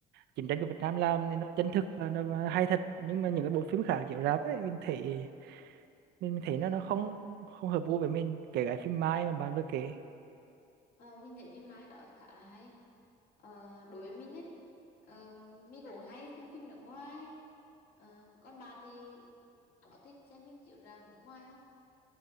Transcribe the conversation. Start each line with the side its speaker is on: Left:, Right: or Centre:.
Right: chiến tranh của Việt Nam làm thì nó chân thực và nó hay thật nhưng mà những cái bộ phim khác chiếu rạp ấy mình thấy mình thấy
Left: Ừ.
Right: nó nó không không hợp gu với mình kể cả phim Mai mà bạn vừa kể
Left: Ờ, mình thấy phim Mai đó khá là hay Ờ, đối với mình ấy ờ, mình cũng hay xem phim nước ngoài Ờ, còn bạn thì có thích xem phim chiếu rạp nước ngoài không